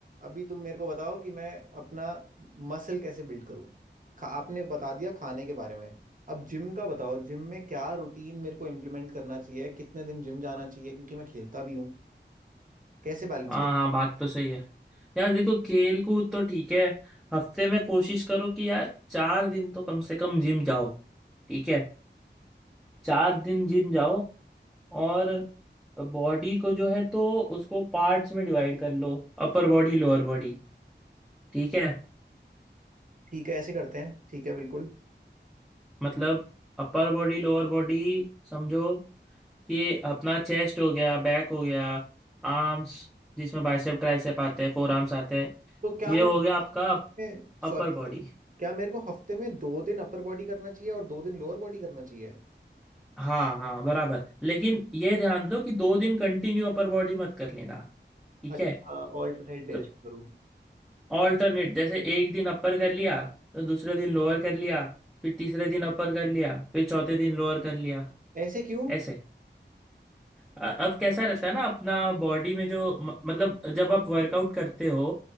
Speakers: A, on the right; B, in the centre.
A: अभी तुम मेरे को बताओ कि मैं अपना मसल कैसे बिल्ड करूं खा, आपने बता दिया खाने के बारे में अब जिम का बताओ जिम में क्या रूटीन मेरे को इम्प्लीमेंट करना चाहिए कितने दिन जिम जाना चाहिए क्योंकि मैं खेलता भी हूँ कैसे बैलेंस
B: हाँ हाँ बात तो सही है यार देखो खेल कूद तो ठीक है हफ्ते में कोशिश करो कि यार चार दिन तो कम से कम जिम जाओ ठीक है चार दिन जिम जाओ और बॉडी को जो है तो उसको पार्ट्स में डिवाइड कर लो Upper body lower body ठीक है
A: ठीक है ऐसे करते हैं ठीक है बिल्कुल
B: मतलब अपर बॉडी लोअर बॉडी समझो ये अपना चेस्ट हो गया बैक हो गया आर्म्स जिसमें बाइसेप ट्राइसेप आते हैं फोर आर्म्स आते हैं
A: तो क्या
B: ये
A: मेरे
B: हो गया आपका
A: को हफ्ते- सॉरी
B: अपर
A: सॉरी
B: बॉडी
A: क्या मेरे को हफ्ते में दो दिन अपर बॉडी करना चाहिए और दो दिन लोअर बॉडी करना चाहिए
B: हाँ हाँ बराबर लेकिन ये ध्यान दो कि दो दिन कंटिन्यू अपर बॉडी मत कर लेना ठीक
A: अच्छा
B: है
A: ऑल्टरनेट डेज
B: तो
A: करूँ
B: ऑल्टरनेट जैसे एक दिन अपर कर लिया तो दूसरे दिन लोअर कर लिया फिर तीसरे दिन अपर कर लिया फिर चौथे दिन लोअर कर लिया
A: ऐसे क्यों
B: ऐसे अ- अब कैसा रहता है ना अपना बॉडी में जो म- मतलब जब आप वर्कआउट करते हो